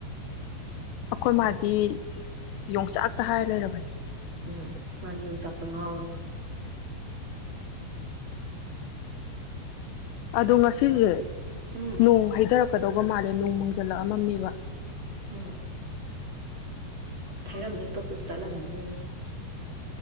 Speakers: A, on the left; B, on the right.
A: ꯑꯩꯈꯣꯏ ꯢꯃꯥꯗꯤ ꯌꯣꯡꯆꯥꯛꯇ ꯍꯥꯏꯔ ꯂꯩꯔꯕꯅꯤ
B: ꯎꯝ ꯃꯥꯅ ꯌꯣꯡꯆꯥꯛꯇ ꯉꯥꯎꯋꯤ
A: ꯑꯗꯣ ꯉꯁꯤꯁꯦ
B: ꯎꯝ
A: ꯅꯣꯡ ꯍꯥꯏꯩꯊꯔꯛꯀꯗꯧꯕ ꯃꯥꯜꯂꯦ ꯅꯣꯡ ꯃꯡꯖꯜꯂꯛꯑꯝ ꯃꯃꯦꯕꯥ
B: ꯎꯝ ꯊꯩꯔꯝꯅꯤ ꯑꯇꯣꯞꯄ ꯖꯠꯂꯝ <unintelligible>